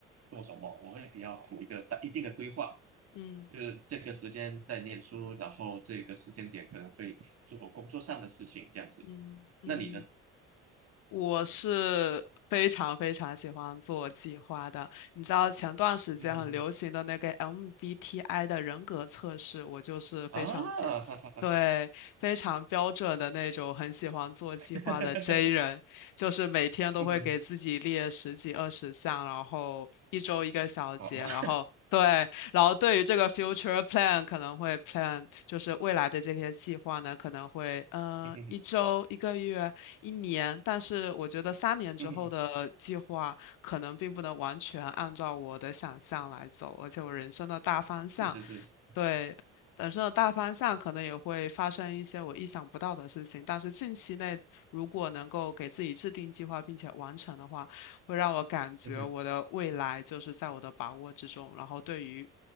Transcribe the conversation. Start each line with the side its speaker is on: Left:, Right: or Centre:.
Right: 做什么，我会比较有一个大一定的规划，
Left: 嗯
Right: 就是这个时间在念书，然后这个时间点可能会做工作上的事情，这样子。
Left: 嗯嗯，
Right: 那你呢？
Left: 我是非常非常喜欢做计划的。你知道前段时间很流行的那个
Right: <laughs>
Left: MBTI 的人格测试，我就是非常标，
Right: 啊，哈哈哈，
Left: 对，非常标准的那种，很喜欢做计划的
Right: <laughs>
Left: J 人。就是每天都会给自己列十几二十项，
Right: 嗯哼，
Left: 然后一周一个小节，
Right: 好，好
Left: 然后对，然后对于这个 future plan 可能会 plan 就是未来的这些计划呢，可能会嗯、
Right: 嗯哼，
Left: 呃一周、一个月、一年，但是我觉得三年之后的计划可能并不能完全按照我的想象来走，
Right: 嗯哼，
Left: 而且我人生的大方向，
Right: 是是是，
Left: 对。人生的大方向可能也会发生一些我意想不到的事情，但是近期内如果能够给自己制定计划并且完成的话，会让我感觉我的未来就是在我的把握之中。
Right: 嗯哼，
Left: 然后对于，